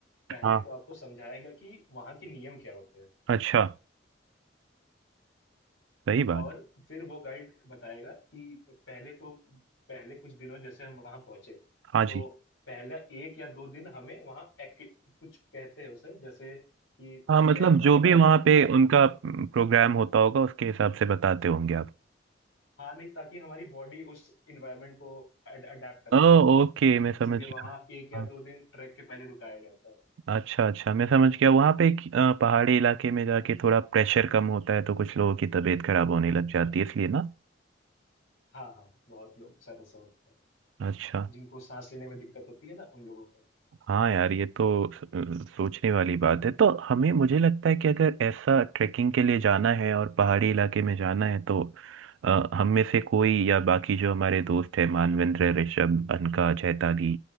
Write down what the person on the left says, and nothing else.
पहले
तो आपको समझाएगा कि वहाँ के नियम क्या होते हैं
और फिर वो गाइड बताएगा कि पहले तो पहले कुछ दिनों जैसे हम वहाँ पहुंचे
तो
पहला एक या दो दिन हमें वहाँ एक्टि- कुछ कहते हैं उसे जैसे कि
हमें
एनवायरनमेंट
का
हाँ नहीं ताकि हमारी बॉडी उस एनवायरनमेंट को अडेप्ट कर
पाए
इसीलिए
वहाँ एक या
दो दिन ट्रैक के पहले रुकाया जाता है
हाँ हाँ बहुत लोग के साथ ऐसा होता है
जिनको सांस लेने में दिक्कत होती है ना उन लोगों को